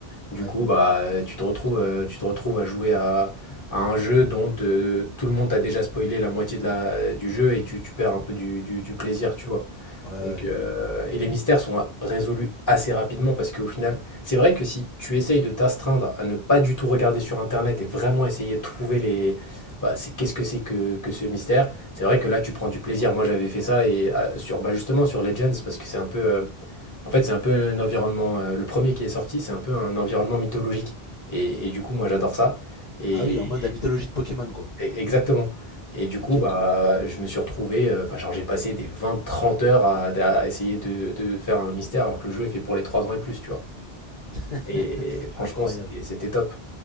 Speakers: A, on the left (about 20°); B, on the left (about 50°).
A: Du
B: Ouais.
A: coup, bah, euh, tu te retrouves, euh, tu te retrouves à jouer à, à un jeu dont euh, tout le monde a déjà spoilé la moitié de la... du jeu et tu, tu perds un peu du, du- du plaisir, tu vois.
B: Ouais, ouais,
A: Donc, euh,
B: bah oui.
A: et les mystères sont résolus assez rapidement parce qu'au final, c'est vrai que si tu essayes de t'astreindre à ne pas du tout regarder sur Internet et vraiment essayer de trouver les... Bah, c'est qu'est-ce que c'est que, que ce mystère, c'est vrai que là tu prends du plaisir. Moi j'avais fait ça et ah, sur bah, justement sur Legends parce que c'est un peu... euh, en fait c'est un peu un environnement... euh, le premier qui est sorti, c'est un peu un environnement mythologique. Et, et du coup moi j'adore ça. Et,
B: Ah oui, en mode la mythologie de Pokémon, quoi.
A: E- Exactement. Et du
B: Ok.
A: coup, bah, je me suis retrouvé, euh, enfin, genre, j'ai passé des vingt, trente heures à, à essayer de, de faire un mystère alors que le jeu est fait pour les trois ans et plus, tu vois.
B: <laughs>
A: Et franchement,
B: Incroyable.
A: c'était c'était top.